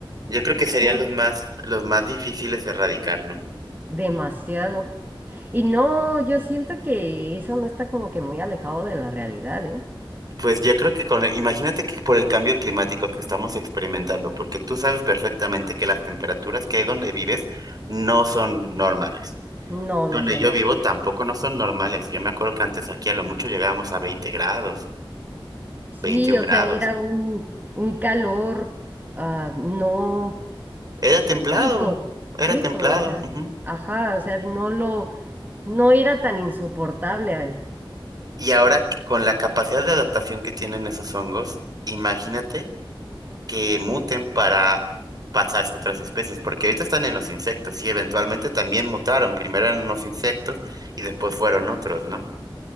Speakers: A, on the right; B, on the right.
A: Yo creo que serían
B: no,
A: los más, los más difíciles de erradicar, ¿no?
B: demasiado. Y no, yo siento que eso no está como que muy alejado de la realidad, ¿eh?
A: Pues yo creo que con, imagínate que por el cambio climático que estamos experimentando, porque tú sabes perfectamente que las temperaturas que hay donde vives no son normales.
B: No, no
A: Donde
B: son.
A: yo
B: hormonas.
A: vivo tampoco no son normales. Yo me acuerdo que antes aquí a lo mucho llegábamos a 20 grados,
B: Sí,
A: 21
B: o
A: grados.
B: sea, era un, un calor, ah, no
A: Era templado,
B: rico,
A: era
B: rico,
A: templado.
B: o sea,
A: ujú.
B: ajá, o sea, no lo, no era tan insoportable.
A: Y ahora que- con la capacidad de adaptación que tienen esos hongos, imagínate que muten para pasarse a otras especies, porque ahorita están en los insectos y eventualmente también mutaron. Primero eran unos insectos y después fueron otros, ¿no?